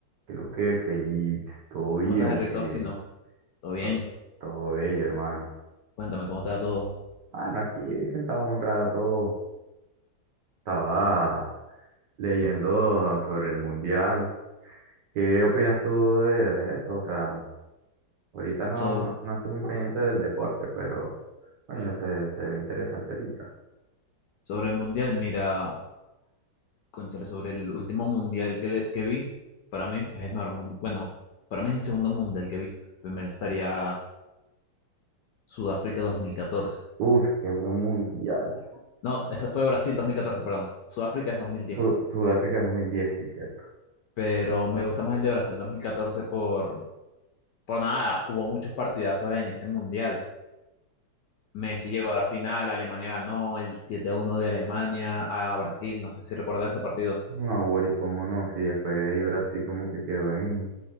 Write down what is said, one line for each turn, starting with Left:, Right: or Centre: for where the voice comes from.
Right: Creo que feliz, todo bien,
Left: ¿Cómo estás,
Right: o
Left: Henry
Right: que
Left: Toffi? No, todo bien.
Right: to- todo bello, hermano.
Left: Cuéntame cómo te va todo.
Right: Bueno, aquí sentado un rato, estaba leyendo sobre el mundial. ¿Qué opinas tú de, de eso? O sea, ahorita no,
Left: So-
Right: no, no estoy muy pendiente del deporte, pero coño, se, se ve interesante ahorita.
Left: sobre el mundial, mira, cónchale, sobre el último mundial que, le- que vi, para mí es el mejor mundial. Bueno, para mí es el segundo mundial que he visto. Primero estaría Sudáfrica 2014.
Right: Uf, qué buen mundial.
Left: No, eso fue Brasil dos mil catorce. perdón. Sudáfrica es 2010.
Right: Su- Sudáfrica dos mil diez sí, cierto.
Left: Pero me gusta más el de Brasil 2014 por, por nada. Hubo muchos partidazos en ese mundial. Messi llegó a la final, Alemania ganó el siete a uno de Alemania a Brasil. No sé si recuerdas ese partido.
Right: No, güey, cómo no, sí, después ahí Brasil como que quedó en,